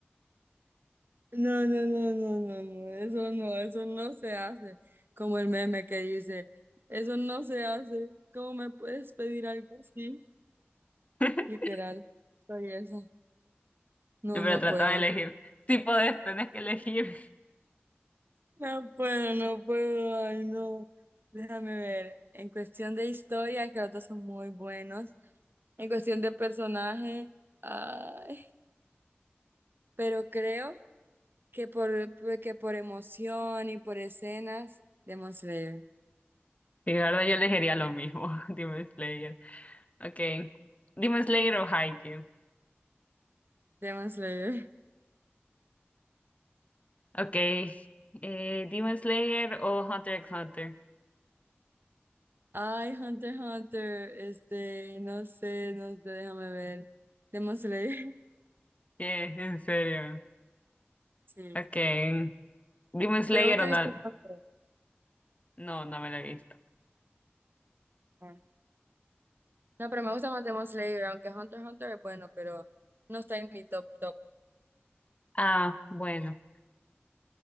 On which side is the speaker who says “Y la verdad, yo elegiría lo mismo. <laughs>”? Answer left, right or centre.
Left